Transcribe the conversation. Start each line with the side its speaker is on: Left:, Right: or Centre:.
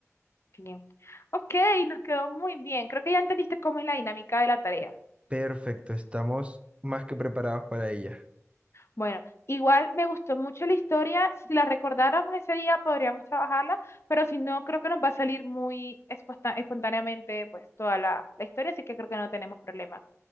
Left: Bien. Ok, nos quedó muy bien. Creo que ya entendiste cómo es la dinámica de la tarea.
Right: Perfecto, estamos más que preparados para ella.
Left: Bueno, igual me gustó mucho la historia. Si la recordáramos ese día, podríamos trabajarla, pero si no, creo que nos va a salir muy espontá- espontáneamente pues toda la, la historia, así que creo que no tenemos problema.